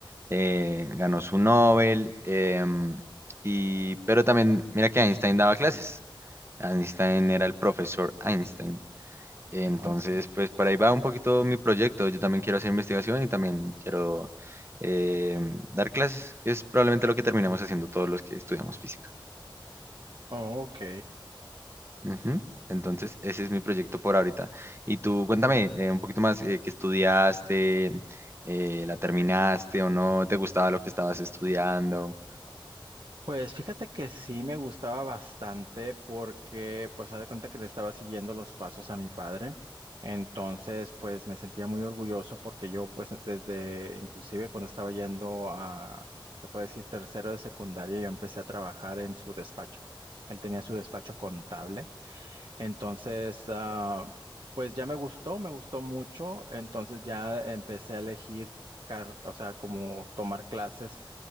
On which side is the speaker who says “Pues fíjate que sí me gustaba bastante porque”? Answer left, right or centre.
Right